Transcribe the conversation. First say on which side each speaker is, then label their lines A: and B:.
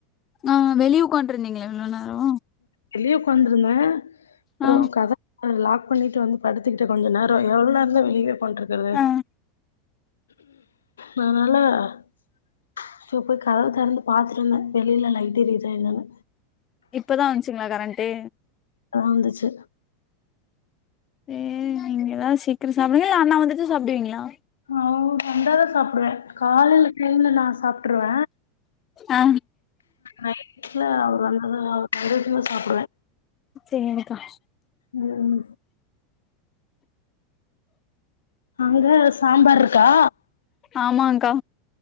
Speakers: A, on the left (about 35°); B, on the left (about 85°).
A: ஆ வெளிய உக்காண்ட்டு இருந்திங்ளா இவ்ள நேரோ
B: வெளிய உக்காந்துருந்த அப்றோ
A: ஆ
B: கத <inaudible> லாக் பண்ணிட்டு வந்து படுத்துக்கிட்டு கொஞ்ச நேரோ எவ்ள் நேரந் தா வெளிய்வே பண்றது இல்ல
A: ஆ
B: நானாலசோ போய் கதவு தெறந்து பாத்துட்டு வந்த வெளில லைட் எரிதா என்னனு
A: இப்பதா வந்ச்சுங்ளா கரண்ட்டு
B: தா வந்துச்சு
A: தே நீங்கதா சீக்கிரோ சாப்டுவீங்கலா இல்ல அண்ணா வந்துட்டு சாப்டுவீங்களா
B: அவு வந்தாதா சாப் டுவே காலைல டைம்ல நா சாப்ட்டுருவ
A: ஆ
B: நைட் ல அவுர் வந்தா அவர் வந்தோனயு சாப்
A: சேரிக்கா
B: ம் அங்க சாம்பார் இருக்கா
A: ஆமாங்கா